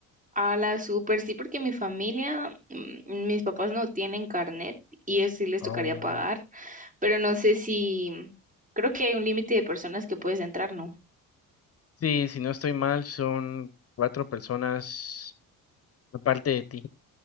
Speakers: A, on the right (about 20°); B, on the left (about 40°).
A: A la super, sí, porque mi familia, mm, mis papás no tienen carnet y eso sí les
B: Oh.
A: tocaría pagar, pero no sé si, creo que hay un límite de personas que puedes entrar, ¿no?
B: Sí, si no estoy mal, son cuatro personas aparte de ti.